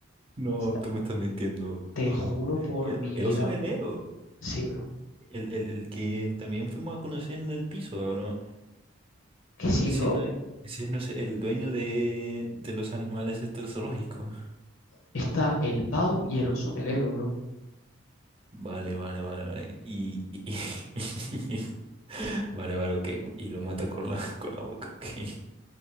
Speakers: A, on the right (about 25°); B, on the left (about 85°).
A: No,
B: Está-
A: tú me estás mintiendo,
B: Te
A: bro.
B: juro por
A: El,
B: mi
A: el
B: vida,
A: oso melero,
B: bro. Sí, bro.
A: el, el, el que también fuimos a conocer en el piso, bro.
B: Que sí,
A: Ese
B: bro.
A: no,
B: que
A: ese no es el dueño de, de los animales este zoológico.
B: está el pau y el oso melero, bro.
A: Vale, vale, vale, vale. Y, y- <laughs> Vale, vale, ok. Y lo mata con la, con la boca, ok.